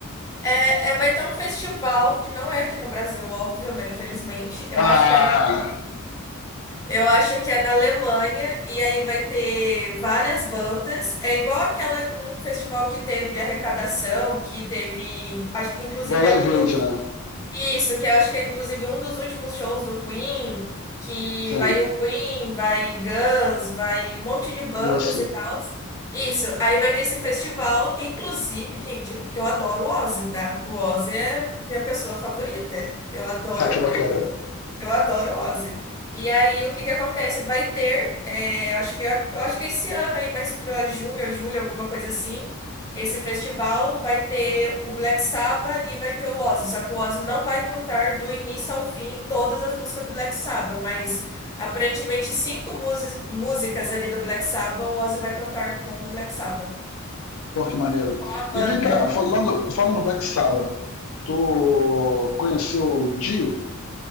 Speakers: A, on the left; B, on the left.
A: é, é- vai ter um festival que não é aqui no Brasil, óbvio, né? Infelizmente. Eu
B: Ah,
A: acho que é na, eu acho que é na Alemanha e aí vai ter várias bandas. É igual aquela um festival que teve de arrecadação, que teve, acho que inclusive
B: igual
A: é
B: a Evade,
A: um dos
B: né?
A: Isso, que eu acho que é inclusive um dos últimos shows do Queen, que
B: Sim,
A: vai o Queen, vai Guns, vai um monte de bandas
B: isso.
A: e tal.
B: <laughs>
A: Isso, aí vai ter esse festival, inclusive, gente, porque eu adoro o Ozzy, tá? O Ozzy é minha pessoa favorita. Eu adoro
B: Ah, que bacana.
A: eu adoro Ozzy. E aí, o que que acontece? Vai ter, é, acho que, eu acho que esse ano aí, mais pra junho, julho, alguma coisa assim, esse festival vai ter o Black Sabbath e vai ter o Ozzy. Só que o Ozzy não vai cantar do início ao fim todas as músicas do Black Sabbath, mas aparentemente cinco musi- músicas ali do Black Sabbath, o Ozzy vai cantar com o Black Sabbath.
B: Pô, que maneiro.
A: A banda.
B: E vem cá, falando, falando do Black Sabbath, tu conheceu o Dio?